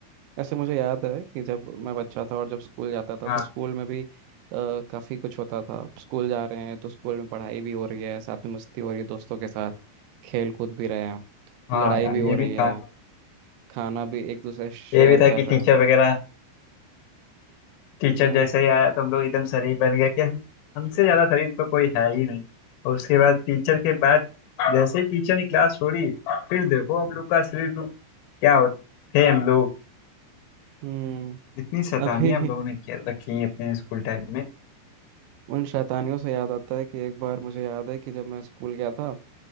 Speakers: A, on the right; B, on the left.
A: ऐसे मुझे याद है कि जब मैं बच्चा था और जब स्कूल जाता था
B: हाँ
A: तो स्कूल में भी अ, काफी कुछ होता था स्कूल जा रहे हैं तो स्कूल में पढ़ाई भी हो रही है साथ में मस्ती हो रही है दोस्तों के साथ खेल कूद भी रहे हैं
B: हाँ
A: लड़ाई
B: यार
A: भी हो
B: ये भी
A: रही
B: था
A: है खाना भी एक दूसरे शेयर
B: ये भी था कि
A: कर रहे
B: टीचर
A: हैं
B: वगैरह टीचर
A: हम्म
B: जैसे ही आया तो हम लोग एकदम शरीफ बन गए कि हम हमसे ज्यादा शरीफ तो कोई है ही नहीं और उसके बाद टीचर के बाद जैसे ही टीचर ने क्लास छोड़ी फिर देखो हम लोग का शरीर लोग क्या होते थे हम लोग
A: हम्म
B: इतनी शैतानियां
A: अभी <laughs>
B: हम लोगों ने किया रखी हैं अपने स्कूल टाइम में
A: उन शैतानियों से याद आता है कि एक बार मुझे याद है कि जब मैं स्कूल गया था